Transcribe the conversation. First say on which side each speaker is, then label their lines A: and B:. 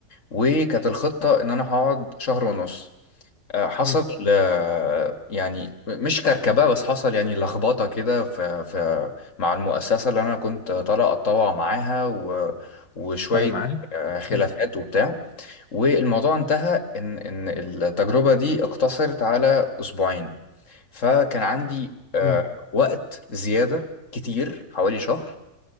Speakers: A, on the left; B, on the left.
A: وكانت الخطة ان انا هقعد شهر ونص آه، حصل
B: م-
A: آه، يعني مش كركبة بس حصل يعني لخبطة كده في في مع المؤسسة اللي أنا كنت طالع أتطوع معاها و وشوية
B: طالع معاها
A: آه، خلافات
B: م-
A: وبتاع والموضوع انتهى إن إن التجربة دي اقتصرت على أسبوعين فكان عندي آه،
B: م-
A: وقت زيادة كتير حوالي شهر